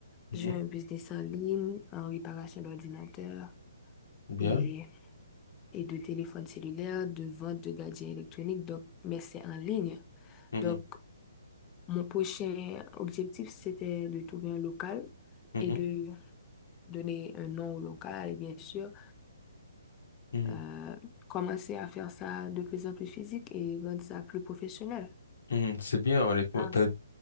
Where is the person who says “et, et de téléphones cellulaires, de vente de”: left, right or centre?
Left